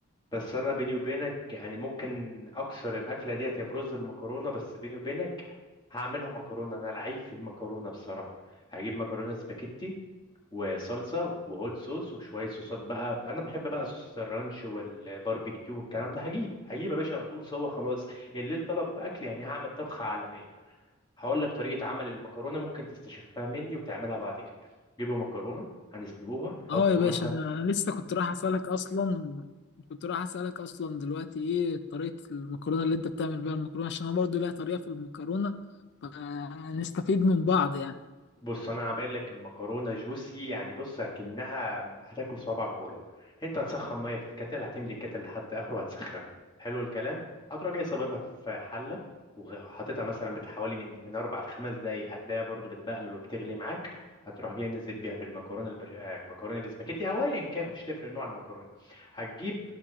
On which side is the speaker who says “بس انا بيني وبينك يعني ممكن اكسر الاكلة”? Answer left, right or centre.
Left